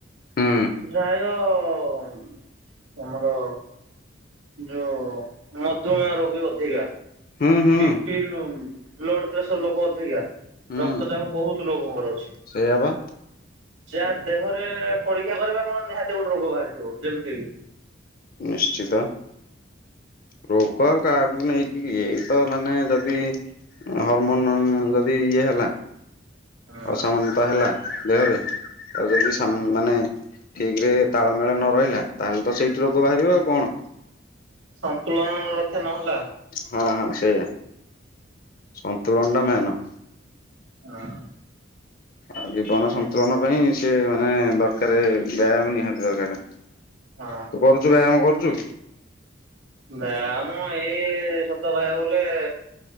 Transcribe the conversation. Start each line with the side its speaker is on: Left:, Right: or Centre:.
Left: ହୁଁ
Right: <unintelligible> ଆମର ଯୋଉ ମଧୁମେହ ରୋଗୀ ଅଧିକା।
Left: ହୁଁ ହୁଁ
Right: B P low blood pressure ଲୋକ ଅଧିକା।
Left: ହୁଁ
Right: ରକ୍ତ ଚାପ ବହୁତ ଲୋକଙ୍କର ଅଛି
Left: ସେଇଆ ବା।
Right: ଯାହା ଦେହରେ ପରୀକ୍ଷା କରିବେ ଆପଣ ନିହାତି ଗୋଟେ ରୋଗ ବାହାରିଥିବ ଯେମତି ବି।
Left: ନିଶ୍ଚିତ। ରୋଗ ଆଉ କାହାକୁ ନାହିକୀ ଏଇ ତ ମାନେ ଯଦି ହରମୋନ ଯଦି ଇଏ ହେଲା।
Right: ହଁ
Left: ଅସାମାତ ହେଲା ଦେହରେ ଆଉ ଯଦି ସା
Right: ହଁ
Left: ମାନେ ଠିକ ରେ ତାଳମେଳ ନ ରହିଲା ତାହେଲେ ତ ସେଇଠି ରୋଗ ବାହାରିବ ଆଉ କଣ।
Right: ସନ୍ତୁଳନା ରକ୍ଷା ନହେଲା।
Left: ହଁ ହଁ ସେଇଆା ସନ୍ତୁଳନା ଟା ମେନ।
Right: <unintelligible>
Left: ଆଉ ଜୀବନ ସନ୍ତୁଳନା ପାଇଁ ସେ ମାନେ ଦରକାର ବ୍ୟାୟାମ ନିହାତି ଦରକାର।
Right: ହଁ
Left: କରୁଚୁ ବ୍ୟାୟାମ କରୁଚୁ।
Right: ବ୍ୟାୟାମ ଏଇ ସତ କହିଆକୁ ଗଲେ